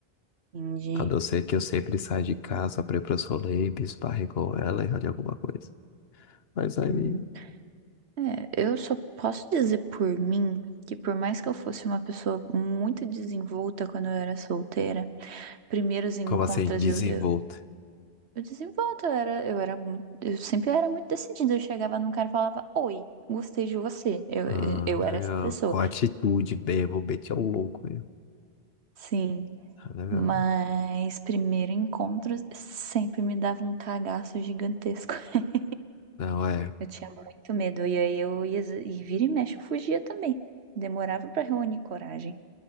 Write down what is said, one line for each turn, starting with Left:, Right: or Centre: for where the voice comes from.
Right: Entendi.
Left: A não ser que eu sempre saia de casa para ir para os rolês, me esbarre com ela e rode alguma coisa. Mas aí,
Right: Hum. É, eu só posso dizer por mim que por mais que eu fosse uma pessoa muito desenvolta quando eu era solteira, primeiros encontros
Left: como assim, desenvolto?
Right: eu, eu, eu desenvolta, eu era, eu era muito, eu sempre era muito decidida. Eu chegava num cara e falava, Oi, gostei de você. Eu,
Left: Ah,
Right: eu, eu
Left: legal.
Right: era essa pessoa.
Left: Com atitude mesmo, meti ao louco mesmo.
Right: Sim,
Left: Ah, legal.
Right: mas primeiro encontro sempre me dava um cagaço gigantesco. <laughs>
Left: Não, é.
Right: Eu tinha muito medo, e aí eu ia, e vira e mexe, eu fugia também. Demorava pra reunir coragem.